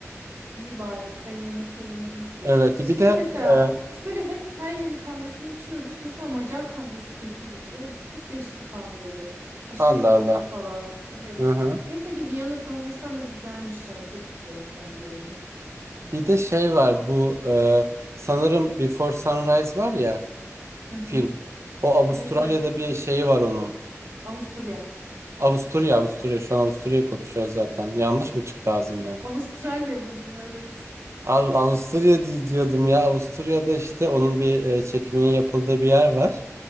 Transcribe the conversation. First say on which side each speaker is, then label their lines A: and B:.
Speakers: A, on the right; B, on the right.
A: İyi bari sevmeni sevindim.
B: Evet
A: Şey
B: bir de
A: mesela
B: e,
A: biz böyle hep her yerin kahvesini içiyoruz. Mesela Macar kahvesi kötüydü biliyor musun? Çok değişik bir kahveydi. Aşırı
B: Allah
A: yoğundu
B: Allah.
A: falan. Evet.
B: Hı hı.
A: Neyse ki Viyana kahvesi ama güzelmiş yani. Tebrik ederim kendilerini.
B: Bir de şey var bu e, sanırım Before Sunrise var ya
A: Hı hı.
B: film. O Avustralya'da
A: Evet evet.
B: bir şeyi var onun.
A: Avusturya.
B: Avusturya Avusturya şu an Avusturya'yı konuşuyoruz zaten. Yanlış mı çıktı ağzımdan?
A: Avustralya dedin evet.
B: Av- Avusturya di- diyordum ya. Avusturya'da işte onun bir e, çekiminin yapıldığı bir yer var.